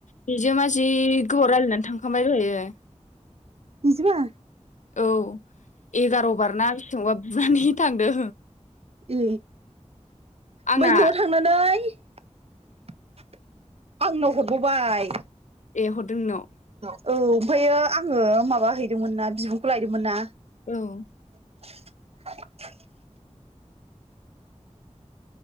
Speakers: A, on the left; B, on the right.
A: बेजों मा जि गोबोव रायलायनानै थांखांबाय दहैयो
B: बिजिबा
A: औ एगार बार ना <unintelligible> बु जुनानै थांदों
B: उम
A: आंना
B: बै नआव थांनानै <unintelligible> आंनाव हरबोबाय
A: ए हरदों नोंनाव
B: औ ओमफ्रायो आंङो माबा हैदोंमोन ना बिबुंखौ लायदोंमोन ना
A: औ
B: <inaudible>